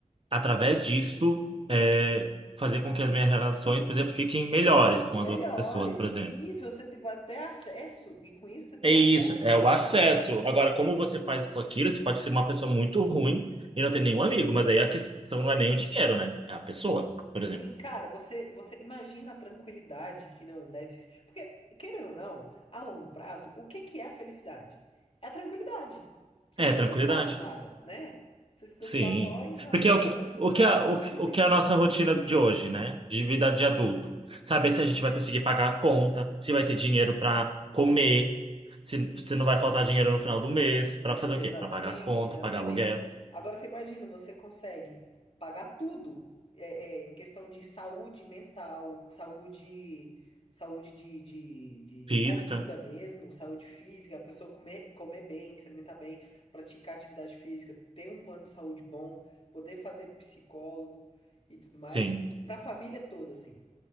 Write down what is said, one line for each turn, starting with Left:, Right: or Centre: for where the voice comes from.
Right: através disso, é, fazer com que as minhas relações, por exemplo, fiquem melhores com
Left: Melhores.
Right: as outras pessoas, por
Left: E,
Right: exemplo.
Left: e se você tem até acesso, e com isso você tem
Right: É isso,
Left: acesso
Right: é o
Left: a,
Right: acesso.
Left: a-
Right: Agora, como você faz com aquilo, você pode ser uma pessoa muito ruim e não
Left: Sim.
Right: ter nenhum amigo, mas aí a questão não é nem o dinheiro, né? É a pessoa, por
Left: Sim,
Right: exemplo.
Left: cara, você, você imagina a tranquilidade que não deve ser. Porque, querendo ou não, a longo prazo, o que que é a felicidade? É a tranquilidade. Você
Right: É,
Left: não se
Right: tranquilidade.
Left: preocupar com nada, né? Você se preocupar
Right: Sim.
Left: só em realmente
Right: Porque é o
Left: fazer
Right: que,
Left: o que
Right: o
Left: você
Right: que,
Left: gosta
Right: a, o
Left: e ser
Right: que,
Left: feliz.
Right: o que é a nossa rotina de hoje, né? De vida de adulto. Saber
Left: Sim,
Right: se a gente vai conseguir pagar a conta, se vai ter dinheiro para comer, se,
Left: sim.
Right: se não vai faltar dinheiro no final do mês, para fazer
Left: Exatamente,
Right: o quê? Para pagar as contas,
Left: exatamente.
Right: pagar aluguel,
Left: Agora você imagina, você consegue pagar tudo é, é, em questão de saúde mental, saúde, saúde de, de, de,
Right: física.
Left: de comida mesmo, saúde física, a pessoa comer, comer bem, se alimentar bem, praticar atividade física, ter um plano de saúde bom, poder fazer psicólogo e tudo mais,
Right: Sim,
Left: pra família toda, assim.